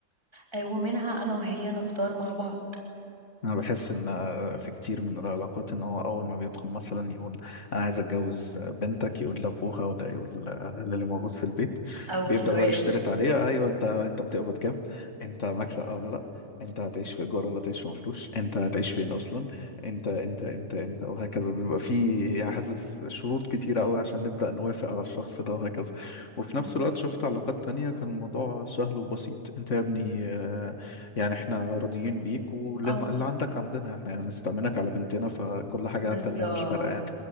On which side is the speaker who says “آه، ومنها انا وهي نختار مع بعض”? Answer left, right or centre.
Right